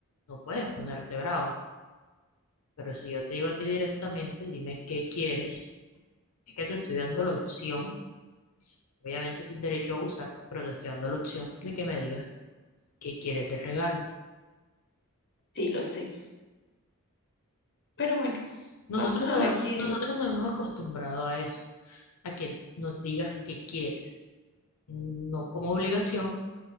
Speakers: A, on the left; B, on the left.
A: No puedes ponerte brava, pero si yo te digo a ti directamente, dime qué quieres, es que te estoy dando la opción, obviamente sin derecho a abusar, pero te estoy dando la opción de que me digas ¿Qué quieres de regalo?
B: Sí, lo sé. Pero bueno,
A: Nosotros
B: vamos a
A: nos,
B: ver
A: hem-
B: qué.
A: nosotros nos hemos acostumbrado a eso, a que nos digas qué quieres, no como obligación,